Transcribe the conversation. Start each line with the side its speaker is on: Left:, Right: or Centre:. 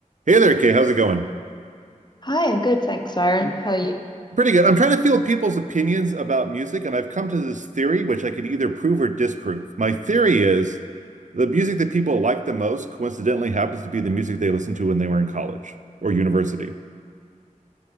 Right: Hey there, Kay. How's it going?
Left: Hi, I'm good, thanks, Siren. How are you?
Right: Pretty good. I'm trying to field people's opinions about music, and I've come to this theory, which I can either prove or disprove. My theory is the music that people like the most coincidentally happens to be the music they listened to when they were in college or university.